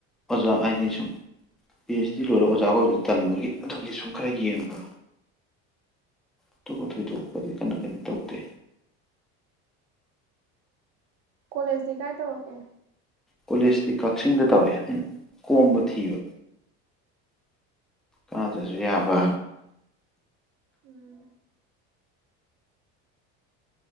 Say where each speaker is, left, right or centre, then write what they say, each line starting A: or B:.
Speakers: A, in the centre; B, on the right.
A: ꯑꯣꯖꯥ ꯍꯥꯏꯗꯤ ꯁꯨꯝ ꯄꯤ ꯑꯩꯩꯆ ꯗꯤ ꯂꯣꯏꯔ ꯑꯣꯖꯥꯒ ꯑꯣꯏꯕꯁ ꯇꯟꯕꯒꯤ ꯑꯗꯨꯒꯤ ꯁꯨꯝ ꯈꯔ ꯌꯦꯡꯕ ꯑꯗꯨꯒ ꯊꯣꯏꯗꯣꯛꯄꯗꯤ ꯀꯟꯅ ꯀꯩꯅꯣ ꯇꯧꯗꯦ
B: ꯀꯣꯂꯦꯖꯗꯤ ꯀꯥꯏ ꯇꯧꯔꯛꯀꯦ
A: ꯀꯣꯂꯦꯖꯇꯤ ꯀꯛꯆꯤꯡꯗ ꯇꯧꯔꯛꯑꯦ ꯑꯩꯅ ꯀꯣꯝꯕ ꯊꯤꯕ ꯀꯥꯗ꯭ꯔꯖꯨ ꯌꯥꯕ
B: ꯎꯝ